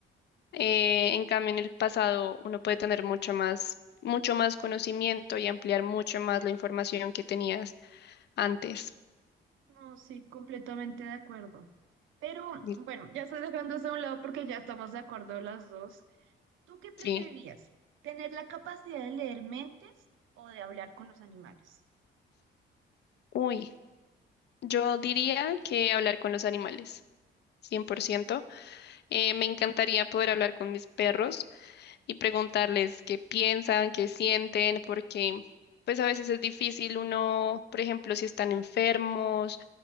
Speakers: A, on the left; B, on the right.
A: Eh, en cambio, en el pasado uno puede tener mucho más, mucho más conocimiento y ampliar mucho más la información que tenías antes.
B: No, sí, completamente de acuerdo. Pero
A: Y-
B: bueno, ya estoy dejando eso a un lado porque ya estamos de acuerdo las dos. ¿Tú qué preferirías?
A: Sí.
B: ¿Tener la capacidad de leer mentes o de hablar con los animales?
A: Uy, yo diría que hablar con los animales, Cien por ciento. Eh, me encantaría poder hablar con mis perros y preguntarles qué piensan, qué sienten, porque pues a veces es difícil uno, por ejemplo, si están enfermos,